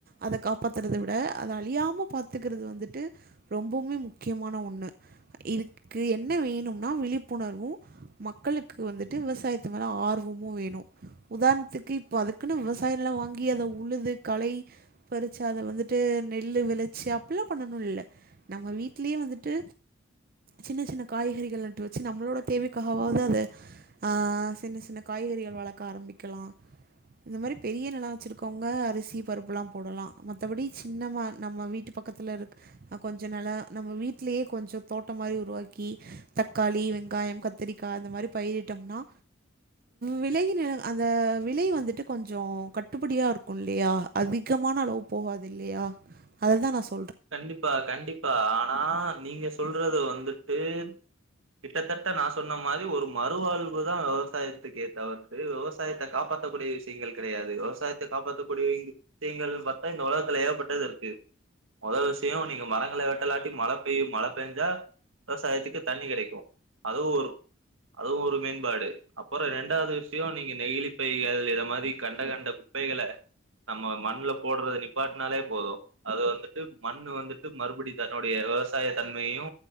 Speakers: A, on the right (about 45°); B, on the right (about 80°).
A: அத காப்பாத்துறத விட அத அழியாம பாத்துக்கிறது வந்துட்டு ரொம்பவ்மே முக்கியமான ஒன்னு இதுக்கு என்ன வேணும்னா விழிப்புணர்வு மக்களுக்கு வந்துட்டு விவசாயத்து மேல ஆர்வமு வேணு உதாரணத்துக்கு இப்ப அதுக்குன்னு விவ சாயோ நெலோ வாங்கி அத உழுது களை பறிச்சி அத வந்துட்டு நெல் விளைச்சி அப்டிலா பண்ணணு இல்ல நம்ம வீட்லியே வந்துட்டு சின்ன சின்ன காய்கறிகள் நட்டு வச்சு நம்மளோட தேவைக்காகாவது அத ஆ சின்ன சின்ன காய் கறிகள் வளக்க ஆரம்பிக்கலா இந்த மாரி பெரிய நெல வச்சுருக்கவுங்க அரிசி பருப்பெல்லா போடலா மத்தபடி சின்னமா நம்ம வீட்டு பக்கத்துல இருக் ஆ கொஞ்ச நாளா நம்ம வீட்லயே கொஞ்ச தோட்ட மாரி உருவாக்கி தக்காளி வெங்காயம் கத் திரிக்கா அந்த மாரி பயிரிட்டோம்னா விலை நிலங் அந்த விலை வந்துட்டு கொஞ் கொஞ்ச கட்டுப்படியா இருக்கு இல்லையா அதிகமான அளவு போவாது இல்லையா அததா நா சொன்
B: கண்டிப்பா கண்டிப்பா ஆனா நீங்க சொல்றது வந்துட்டு கிட்டத்தட்ட நா சொன்ன மாரி ஒரு மறுவாழ்வுதா விவசாயத்துக்கே தவிர்த்து விவசாயத்த காப்பா காப்பாத்தக்கூடிய விஷயங்கள் கெடையாது விவசாயத்த காப்பாத்தக்கூடிய விஷயங்கள்னு பாத்தா இந்த உலகத்துல ஏகப்பட்டது இருக்கு மொதோ விஷய நீங்க மரங்கள வெட்டலாட்டி மழ பெய்யும் மழ பேஞ்சா விவசாயத்துக்கு தண்ணி கெடைக்கு அதுவு ஒரு அதுவு ஒரு மேம்பாடு அப்புற ரெண்டாவது விஷயம் நீங்க நெயிலிப்பைகள் இத மாரி கண்ட கண்ட ப்பைகள நம்ம மண்ல போட்றது நிப்பாட்னாலே போது அது வந்து ட்டு மண்ணு வந்துட்டு மறுபடி தன்னுடைய விவசாய தன்மையையு